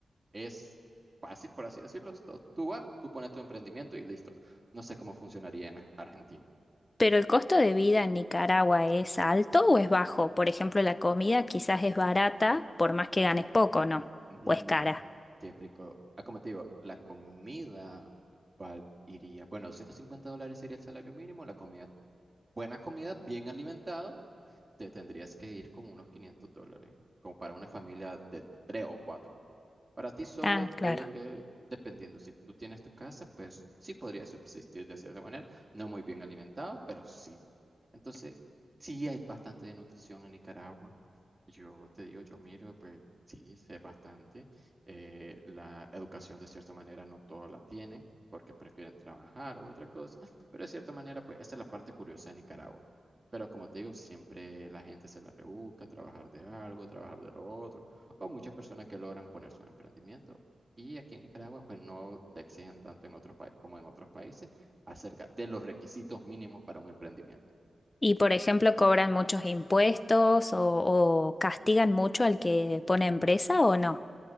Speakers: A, on the right; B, on the left.
A: es fácil, por así decirlo. Tú tú vas, tú pones tu emprendimiento y listo. No sé cómo funcionaría en Argentina.
B: Pero el costo de vida en Nicaragua es alto o es bajo? Por ejemplo, la comida quizás es barata, por más que ganes poco, ¿no?
A: No,
B: O es cara.
A: te explico. Ah, como te digo, la comida val- iría, bueno, 150 dólares sería el salario mínimo, la comida, buena comida, bien alimentado, te tendrías que ir como unos 500 dólares, como para una familia de tres o cuatro. Para ti solo
B: Ah, claro.
A: digo que dependiendo, si tú tienes tu casa, pues sí podría subsistir de cierta manera, no muy bien alimentado, pero sí. Entonces, sí hay bastante de nutrición en Nicaragua. Yo te digo, yo miro, pues sí, sé bastante. Eh, la educación de cierta manera no todos la tienen porque prefieren trabajar u otra cosa, <laughs> pero de cierta manera, pues esa es la parte curiosa de Nicaragua. Pero como te digo, siempre la gente se la rebusca, trabajar de algo, trabajar de lo otro o muchas personas que logran poner su emprendimiento. Y aquí en Nicaragua, pues no te exigen tanto en otros pa- como en otros países acerca de los requisitos mínimos para un emprendimiento.
B: Y por ejemplo, ¿cobran muchos impuestos o, o castigan mucho al que pone empresa o no?